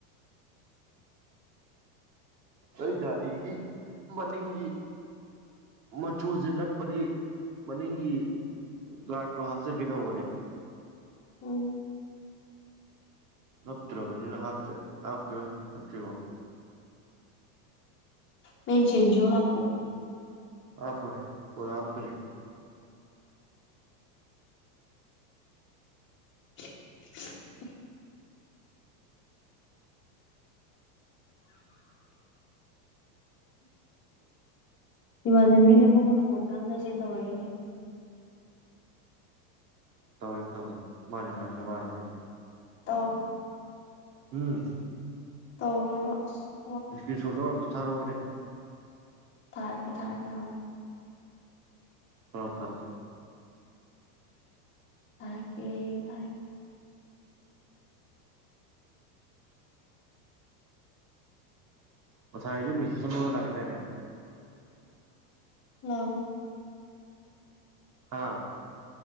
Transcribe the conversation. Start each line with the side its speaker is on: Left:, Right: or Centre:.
Right: ꯑꯩ ꯒꯥꯔꯤꯒꯤ ꯃꯅꯤꯡꯒꯤ ꯃꯆꯨꯁꯤ ꯅꯞꯄꯗꯤ ꯃꯅꯤꯡꯒꯤ ꯒꯥꯔꯗꯠꯇꯣ ꯍꯥꯞꯆꯤꯟꯒꯦꯗꯧꯕꯅꯦꯦ
Left: ꯎꯝ
Right: ꯅꯞꯇ꯭ꯔꯕꯅꯤꯅ ꯍꯥꯞꯇꯦ ꯍꯥꯞꯇꯣ ꯅꯞꯇ꯭ꯔꯤꯕꯣ
Left: ꯃꯁꯤꯦꯟꯖꯣ ꯍꯥꯄꯨ
Right: ꯍꯥꯥ ꯍꯥꯇꯔ
Left: <inaudible> ꯏꯃꯥꯟꯅꯕꯤꯅ ꯑꯃꯨꯛꯀ ꯐꯣꯟ ꯉꯥꯡꯅꯁꯦ ꯇꯧꯔꯛꯏꯅꯤ
Right: ꯇꯧꯔꯤ ꯇ ꯃ ꯃ ꯗꯅꯤ
Left: ꯇ
Right: ꯎꯝ
Left: ꯑ
Right: ꯏꯁꯀꯤꯔꯤ ꯁꯣꯔ ꯂꯧꯔꯔꯕꯇ ꯊꯥꯔꯨꯑꯣꯅꯦꯦ
Left: ꯊꯥꯔꯛꯒꯦ ꯊꯥꯔꯒꯦ ꯍꯣꯏ
Right: ꯇ ꯇꯔ
Left: ꯊꯦ ꯊꯦ
Right: ꯃꯁꯥꯥꯏꯁꯨ ꯃꯁꯤ ꯆ ꯂꯥꯛꯗꯅꯦ
Left: ꯂ
Right: ꯍꯥꯥ